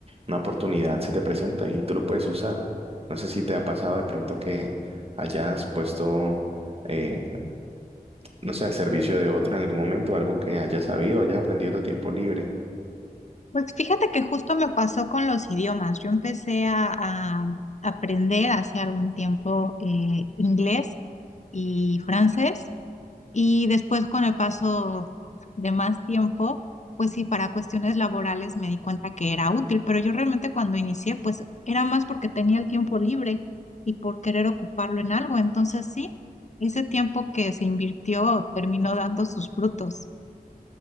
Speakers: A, on the right; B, on the left.
A: una oportunidad se te presenta y tú lo puedes usar. No sé si te ha pasado de pronto que hayas puesto, eh, no sé, al servicio de otro en algún momento, algo que hayas sabido, hayas aprendido en tu tiempo libre.
B: Pues fíjate que justo me pasó con los idiomas. Yo empecé a, a aprender hace algún tiempo eh, inglés y francés. Y después con el paso de más tiempo, pues sí, para cuestiones laborales me di cuenta que era útil, pero yo realmente cuando inicié, pues era más porque tenía el tiempo libre y por querer ocuparlo en algo. Entonces sí, ese tiempo que se invirtió terminó dando sus frutos.